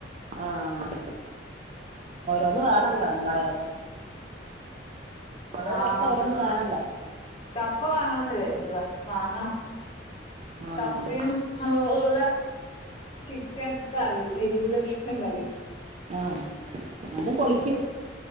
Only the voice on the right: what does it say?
ആഹ് ഓരോന്ന് വേണല്ലോ എന്തായാലും ഓരോ
ദിവസം ഓരോന്നും വേണല്ലോ
ആഹ്
ആഹ് അത് പൊളിക്കും